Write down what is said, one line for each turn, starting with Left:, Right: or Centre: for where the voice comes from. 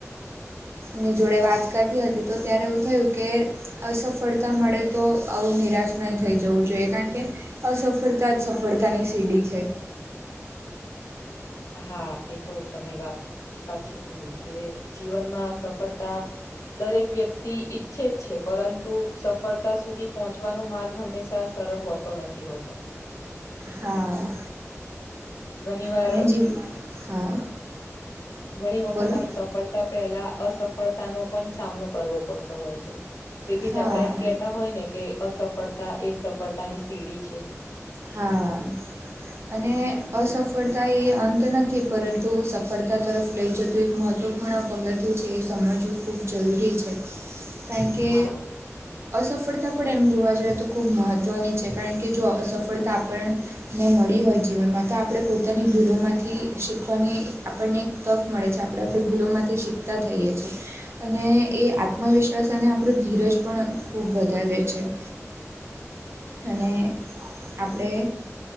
Right: ની જોડે વાત કરતી હતી તો ત્યારે એવું થયું કે અસફળતા મળે તો આવું નિરાશ નહીં થઈ જવું જોઈએ કારણ કે અસફળતા જ સફળતાની સીડી છે.
Left: હા એ તો તમે વાત સાચી કીધી. કે જીવનમાં સફળતા દરેક વ્યક્તિ ઈચ્છે જ છે પરંતુ સફળતા સુધી પહોંચવાનો માર્ગ હંમેશા સરળ હોતો નથી હોતો.
Right: હા.
Left: ઘણી વાર
Right: અને જીવ હા
Left: ઘણી વખત
Right: બોલો
Left: આમ સફળ તા પહેલા અસફળતા નો પણ સામનો કરવો પડતો હોય છે તેથી
Right: હા
Left: જ આપડે એમ કે તા હોય ને કે અસફળતા એ સફળતા ની સીડી છે.
Right: હા અને અસફળતા એ અંત નથી પરંતુ સફળતા તરફ લઈ જતું એક મહત્ત્વપૂર્ણ પગથિયું છે એ સમજવું ખૂબ જરૂરી છે.
Left: <inaudible>
Right: કારણ કે
Left: હા
Right: અસફળતા પણ એમ જોવા જઈએ તો ખૂબ મહત્ત્વની છે કારણ કે જો અસફળતા આપણને ને મળી હોય જીવનમાં તો આપડે પોતાની ભૂલોમાંથી શીખવાની આપણને તક મળે છે આપડે આપડી ભૂલોમાંથી શીખતા થઈએ છે અને એ આત્મવિશ્વાસ અને આપણું ધીરજ પણ ખૂબ વધાવે છે.
Left: <inaudible>
Right: અને આપડે